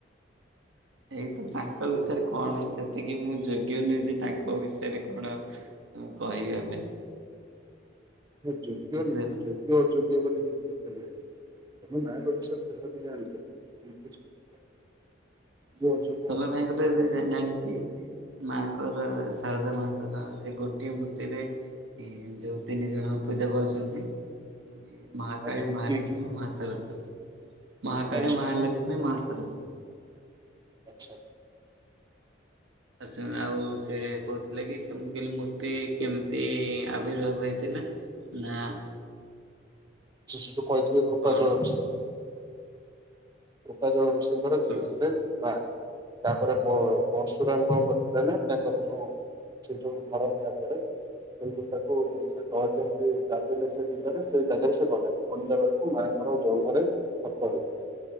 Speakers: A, on the right; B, on the right.
A: ଏଇ ତ ତାଙ୍କ ବିଷୟରେ କଣ ସେତିକି ମୁଁ ଯୋଗ୍ୟ ନୁହେଁ ଯେ ତାଙ୍କ ବିଷୟରେ କଣ। ହଁ କହିବା ପାଇଁ।
B: ଯୋଗ୍ୟ
A: ବୁଝିପାରୁଛ
B: ନୁହେଁ ଯୋ ଅଯୋଗ୍ୟ ବୋଲି କିଛି ଦେଖାଯାଏନି ତମ ମାଆଙ୍କ ବିଷୟରେ ଯାହା ବି ଜାଣିଛ। <unintelligible>
A: ହୁଁ
B: ଅଯୋଗ୍ୟ
A: ସୌମ୍ୟ
B: ଆଗରେ
A: ଭାଇଙ୍କୁ
B: କିଛି
A: ତ
B: ଦେଖାଯାଏନି
A: ଏବେ ଜାଣିଛି। ମାଙ୍କର ଶାରଦା ମାଙ୍କର ସେ ଗୋଟିଏ ମୂର୍ତ୍ତିରେ ଯଉ ତିନି ଜଣ ପୂଜା ପାଉଛନ୍ତି। ମାନେ ମହାକାଳୀ
B: ଆଚ୍ଛା
A: ମହାଲକ୍ଷ୍ମୀ
B: କିଏ କିଏ
A: ମହା ସରସ୍ଵତୀ ମହାକାଳୀ
B: ଆଚ୍ଛା
A: ମହାଲକ୍ଷ୍ମୀ। ନାଇଁ ମା ସରସ୍ବତୀ।
B: ଆଚ୍ଛା।
A: ଆଚ୍ଛା ଆଉ ସେ କହୁଥିଲେ କି ସେ କହିଲି ମୂର୍ତ୍ତି କେମିତି ଆବିର୍ଭାବ ହେଇଥିଲା। ନା।
B: ସେ ସେଠୁ
A: ଯୋଉ
B: କହିଥିବେ କୃପା
A: କଣ
B: ଜଳଉଛି। କୃପାଜଳ ଋଷିଙ୍କର
A: କୃ
B: ଝିଅ ଥିଲେ ନାଁ। ତାପରେ ପ ପରଶୁରାମ କଣ କରିଥିଲେ ନା ତାଙ୍କର ଯୋଉ। ସେ ଯୋଉ ଘର ନିଆପ ସେଇ ଯୋଉଟାକୁ ସେ କ ଯେମିତି <unintelligible> ସେ ବିଲରେ ସେ ଜାଗାରେ ସେ ଗଦା ଖୋଳିଲା ବେଳକୁ ମାଆଙ୍କର ଜଙ୍ଘରେ ଖତ ହେଇଥିଲା।